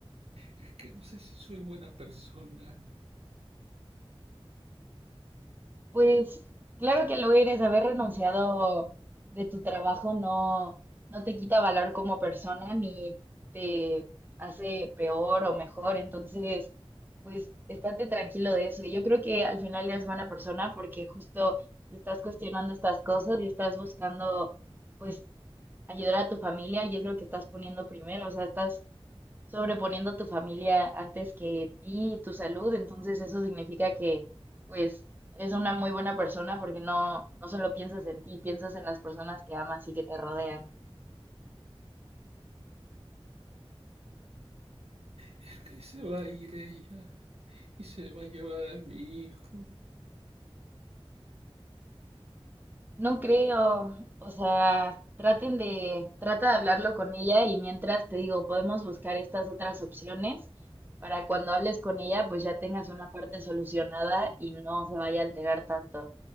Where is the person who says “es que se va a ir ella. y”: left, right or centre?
Right